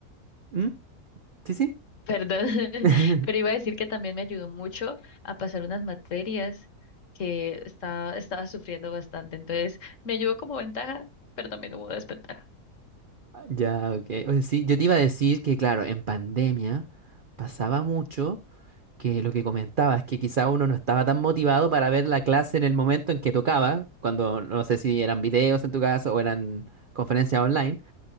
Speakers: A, on the right (about 70°); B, on the left (about 55°).
A: ¿Mm? ¿Sí, sí?
B: perdón, <laughs>
A: <laughs>
B: pero iba a decir que también me ayudó mucho a pasar unas materias que estaba, estaba sufriendo bastante. Entonces, me ayudó como ventaja, pero también hubo desventaja.
A: Ya, ok. Oye, sí, yo te iba a decir que, claro, en pandemia pasaba mucho que lo que comentabas, que quizá uno no estaba tan motivado para ver la clase en el momento en que tocaba, cuando no sé si eran videos en tu caso o eran conferencias online,